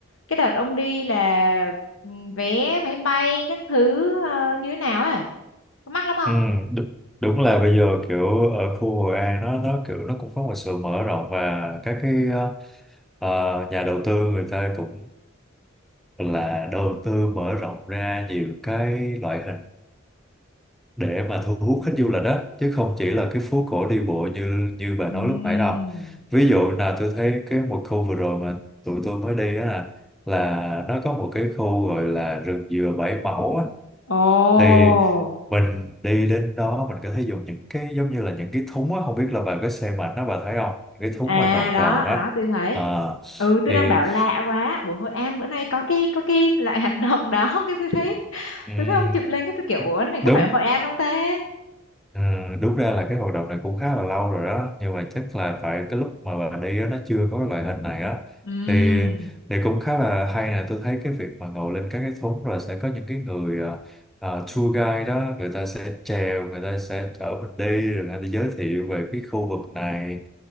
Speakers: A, on the left; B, in the centre.
A: cái đợt ông đi là ừ, vé máy bay các thứ ờ, như thế nào á. Có mắc lắm không?
B: Ừ, đúng, đúng là bây giờ kiểu ở khu Hội An nó nó kiểu nó cũng có một sự mở rộng và các cái ờ, ờ, nhà đầu tư người ta cũng là đầu tư mở rộng ra nhiều cái loại hình để mà thu hút khách du lịch đó chứ không chỉ là cái phố cổ đi bộ như như bà
A: Ừm.
B: nói lúc nãy đâu ví dụ là tôi thấy cái một khu vừa rồi mà tụi tôi mới đi á là là nó có một cái khu gọi là rừng dừa bảy mẫu á
A: Ồ,
B: thì mình đi đến đó mình có thể dùng những cái giống như là những cái thúng á không biết là bà có xem ảnh đó bà thấy không những cái thúng
A: à
B: mà tròn
A: đó,
B: tròn á
A: đó tôi thấy.
B: à,
A: Ừ, tôi
B: thì
A: đang bảo lạ quá. Ủa Hội An bữa nay có cái có cái loại hoạt động đó, <laughs> cái tôi thấy
B: ừm,
A: tôi thấy ông chụp lên cái tôi kiểu ủa này có
B: đúng
A: phải Hội An không ta?
B: Ừ, đúng ra là cái hoạt động này cũng khá là lâu rồi đó nhưng mà chắc là tại cái lúc mà bà đi á, nó chưa có cái loại hình này á
A: Ừm.
B: thì thì cũng khá là hay nè tôi thấy cái việc mà ngồi lên các cái thúng rồi sẽ có những cái người à, à, tour guide đó người ta sẽ chèo người ta sẽ chở mình đi rồi người ta giới thiệu về cái khu vực này